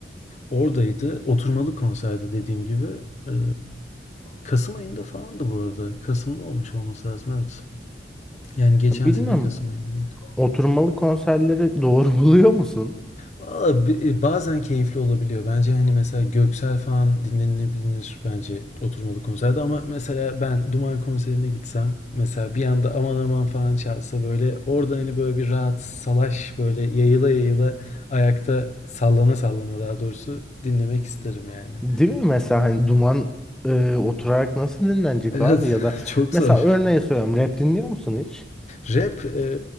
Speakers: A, on the left (about 40°); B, in the centre.
A: Oradaydı. Oturmalı konserdi dediğim gibi. E, Kasım ayında falandı bu arada. Kasım'da olmuş olması lazım evet. Yani geçen
B: Bilmiyorum.
A: sene Kasım ayındaydı.
B: Oturmalı konserleri doğru <laughs> buluyor musun?
A: Valla bi- e, bazen keyifli olabiliyor. Bence hani mesela Göksel falan dinlenilebilir bence oturmalı konserde ama mesela ben Duman konserine gitsem mesela bir anda aman aman falan çalsa böyle orada hani böyle bir rahat salaş böyle yayıla yayıla ayakta sallana sallana daha doğrusu dinlemek isterim yani.
B: Değil mi mesela hani duman e, oturarak nasıl dinlenecek
A: Evet
B: abi ya da
A: <laughs> çok
B: mesela
A: zor.
B: örneğe söylüyorum rap dinliyor musun hiç?
A: Rap e,